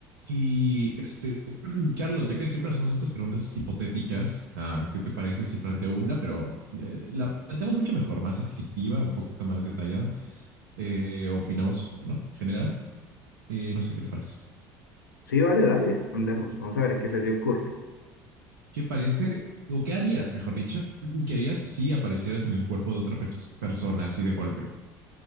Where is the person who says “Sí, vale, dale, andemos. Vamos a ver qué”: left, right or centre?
Left